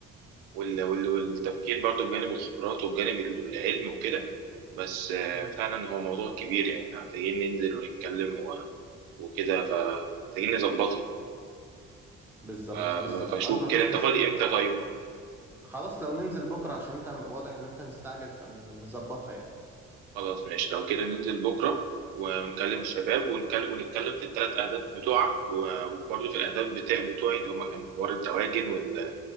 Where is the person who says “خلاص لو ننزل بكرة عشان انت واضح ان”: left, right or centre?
Centre